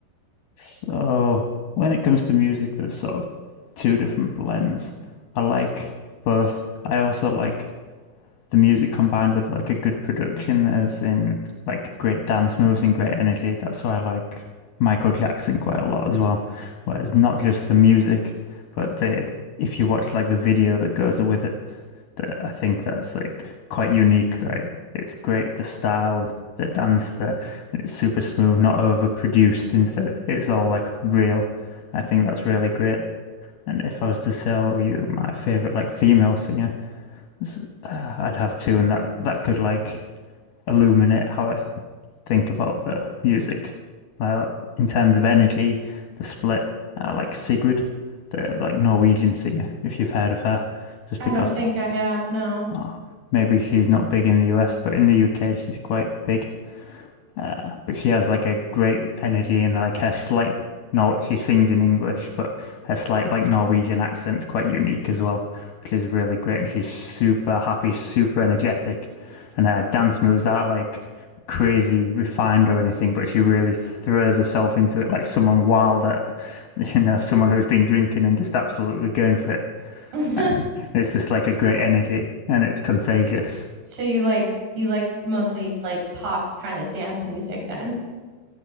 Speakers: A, on the left (about 70°); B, on the right (about 65°).
A: So, when it comes to music, there's sort of two different blends. I like both. I also like the music combined with like a good production, as in like great dance moves and great energy. That's why I like Michael Jackson quite a lot as well. Whereas not just the music, but the if you watch like the video that goes with it, that I think that's like quite unique, right? It's great the style, the dance, the and it's super smooth, not overproduced. Instead, it's all like real. I think that's really great. And if I was to sell you my favorite like female singer. It's- uh, I'd have two, and that that could like illuminate how I th- think about the music. Uh, in terms of energy, the split, uh, like Sigrid, the like Norwegian singer, if you've heard of her, just
B: I
A: because
B: don't think
A: uh,
B: I have, no.
A: oh, maybe she's not big in the US, but in the UK she's quite big. Uh, but she has like a great energy and like her slight Nor she sings in English, but her slight like Norwegian accent's quite unique as well, which is really great. And she's super happy, super energetic, and her dance moves aren't like crazy refined or anything, but she really throws herself into it like someone wild at, <laughs> you know, someone who's been drinking and just absolutely going for it.
B: <laughs>
A: And it's just like a great energy and it's contagious.
B: So you like you like mostly like pop kind of dance music then.